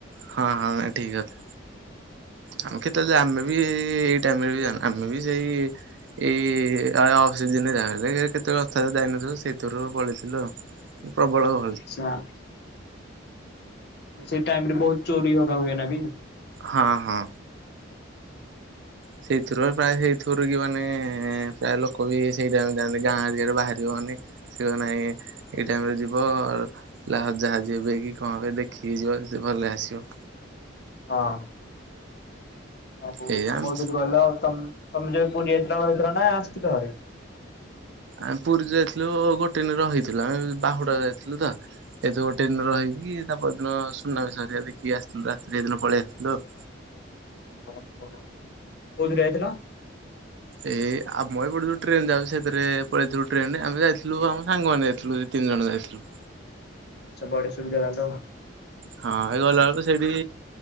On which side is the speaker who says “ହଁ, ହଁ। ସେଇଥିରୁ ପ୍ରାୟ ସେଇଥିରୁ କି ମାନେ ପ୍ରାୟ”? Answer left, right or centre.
Right